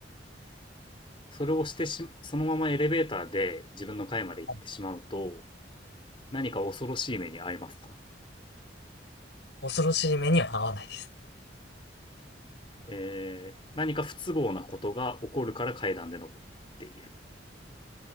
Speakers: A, on the left; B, on the left.
A: それをしてし、そのままエレベーターで自分の階まで行ってしまうと、
B: はい
A: 何か恐ろしい目に遭いますか
B: 恐ろしい目には合わないです。
A: えー何か不都合なことが起こるから階段で登っている。